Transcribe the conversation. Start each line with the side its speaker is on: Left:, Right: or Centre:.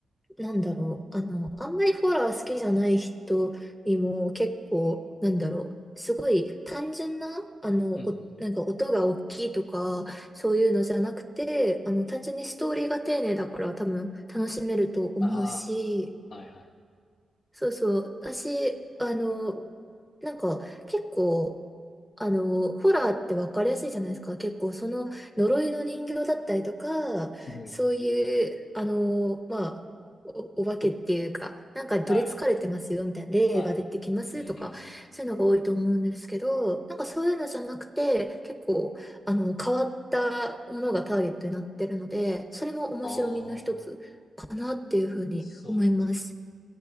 Centre: なんだろう、あの、あんまりホラー好きじゃない人にも結構、なんだろう、すごい単純な、あの、
Left: うんうん。
Centre: お、なんか音が大きいとか、そういうのじゃなくて、あの、単純にストーリーが丁寧だから多分楽しめると思うし、
Left: ああ、はいはい。
Centre: そうそう。私、あの、なんか結構、あの、ホラーって分かりやすいじゃないですか。結構その呪いの人形だったりとか、
Left: うん
Centre: そういう、あの、まあ、お、お化けっていうか、なんかに取り憑かれてますよみたいな、
Left: はい、
Centre: 霊が出てきますとか、
Left: はい。うんうんうん。
Centre: そういうのが多いと思うんですけど、なんかそういうのじゃなくて、結構、あの、変わったものがターゲットになってるので、それも面白みの一つかなっていうふうに思います。
Left: ああ、そうなんだ。